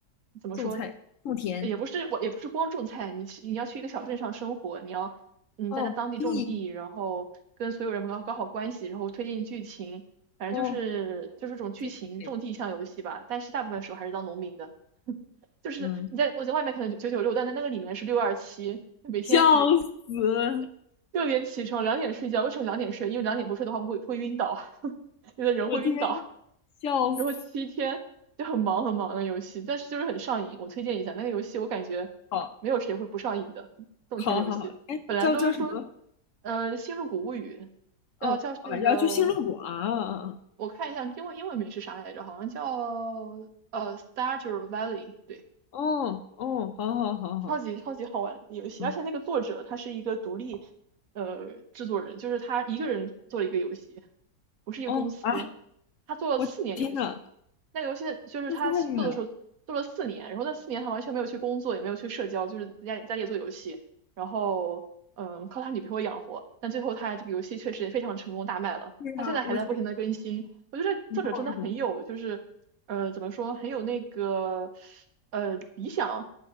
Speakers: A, on the right; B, on the left.
A: 怎么说？
B: 种菜、种田，
A: 也不是我，也不是光种菜，你去你要去一个小镇上生活，你要嗯在在当地种地，
B: 哦，经营，
A: 然后跟所有人搞搞好关系，然后推进剧情，反正就是就是这种剧情种地向游戏吧。
B: 哦，经营类，
A: 但是大部分时候还是当农民的，就是你在我在外面可能九九六，
B: 嗯，
A: 但在那个里面是六二七，每天
B: 笑死！
A: 六点起床，两点睡觉。为什么两点睡？因为两点不睡的话会会晕倒，<laughs> 有的人会晕倒。
B: 我天，笑死！
A: 然后七天就很忙很忙的游戏，但是就是很上瘾。我推荐一下那个游戏，我感觉没有谁会不上瘾的。
B: 好，
A: 种田游戏本来都是说，
B: 好，好，好，哎，叫叫什么？
A: 呃，《星露谷物语》
B: 哦，
A: 叫叫那个，
B: 哦，要去星露谷啊，啊
A: 我看一下英文英文名是啥来着，好像叫呃《Stardew Valley》，对，
B: 哦，哦，好好好好，
A: 超级超级好玩的游戏，
B: 嗯，
A: 而且那个作者他是一个独立呃制作人，就是他一个人做了一个游戏，不是一个公司，
B: 哦啊，
A: 他做了四年游戏，
B: 我天呐，
A: 那游戏就是他做的时候做了四年，
B: 那太厉害了！
A: 然后那四年他完全没有去工作，也没有去社交，就是在家里在家里做游戏，然后嗯靠他女朋友养活，但最后他这个游戏确实也非常成功大卖了，
B: 对呀，
A: 他现在还在不停的更新，
B: 我天，
A: 我觉得这作者真的很有就是呃，
B: 一炮而红，
A: 怎么说，很有那个呃理想，